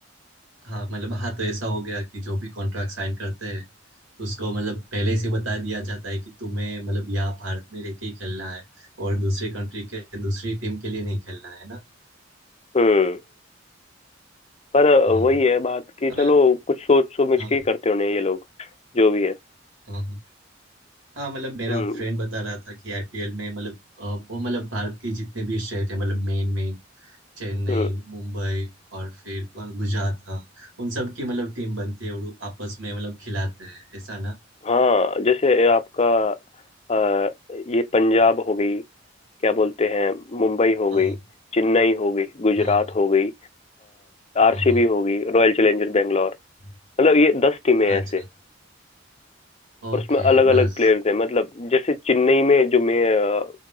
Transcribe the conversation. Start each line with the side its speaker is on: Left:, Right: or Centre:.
Right: हाँ मतलब हाँ तो ऐसा हो गया कि जो भी कॉन्ट्रैक्ट साइन करते हैं उसको मतलब पहले से बता दिया जाता है कि तुम्हें मतलब यहाँ भारत में रह के ही खेलना है और दूसरी कंट्री के दूसरी टीम के लिए नहीं खेलना है ना
Left: हम्म पर
Right: हाँ
Left: वही
Right: हाँ,
Left: है बात कि
Right: मतलब
Left: चलो कुछ सोच समझ
Right: हाँ
Left: के ही करते होने ये लोग जो भी है
Right: हाँ हाँ हाँ, मतलब मेरा
Left: हम्म
Right: फ्रेंड बता रहा था कि आईपीएल में मतलब अ, वो मतलब भारत के जितने भी स्टेट है मतलब मेन मेन चेन्नई
Left: हम्म
Right: मुंबई और फिर कौन गुजरात हाँ उन सब की मतलब टीम बनती है और वो आपस में मतलब खिलाते हैं ऐसा ना
Left: हाँ जैसे आपका अ, ये पंजाब हो गई क्या बोलते हैं मुंबई हो
Right: हाँ
Left: गई चेन्नई हो गई गुजरात
Right: हाँ
Left: हो गई आरसीबी
Right: हाँ हाँ हाँ
Left: हो गई रॉयल चैलेंजर बैंगलोर
Right: हम्म।
Left: मतलब ये दस टीमें हैं
Right: अच्छा
Left: ऐसे
Right: ओके
Left: और उसमें अलग
Right: दस
Left: अलग प्लेयर्स हैं मतलब जैसे चेन्नई में जो मैं अ,